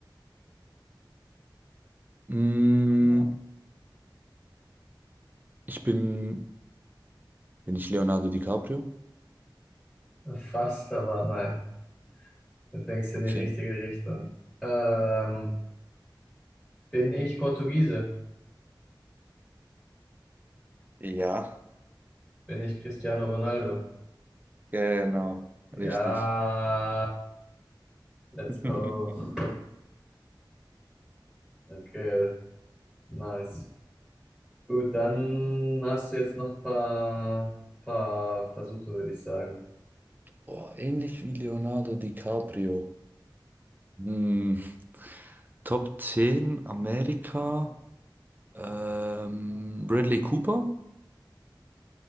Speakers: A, on the right; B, in the centre.
A: Mm, ich bin, bin ich Leonardo DiCaprio?
B: Fast, aber nein. Du denkst in
A: Okay.
B: die richtige Richtung. Ähm, bin ich Portugiese?
A: Ja,
B: Bin ich Cristiano Ronaldo?
A: genau. Richtig.
B: Ja, let's
A: <laughs>
B: go. Okay, Nice. Gut, dann hast du jetzt noch ein paar, paar Versuche, würde ich sagen.
A: Boah, ähnlich wie Leonardo DiCaprio. Hm, Top 10 Amerika. Ähm, Bradley Cooper?